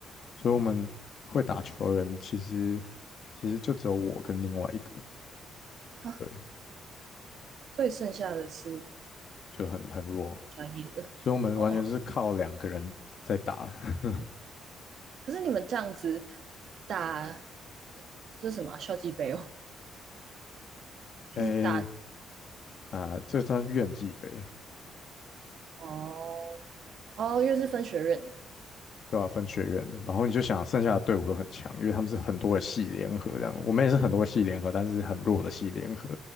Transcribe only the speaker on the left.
所以我们会打球的人，其实其实就只有我跟另外一个，
对，
就很很弱。
所以我们完全是靠两个人在打。<laughs>
诶、啊、这算院际杯，
对吧、分学院的，然后你就想剩下的队伍都很强，因为他们是很多个系联合这样，我们也是很多个系联合，但是很弱的系联合，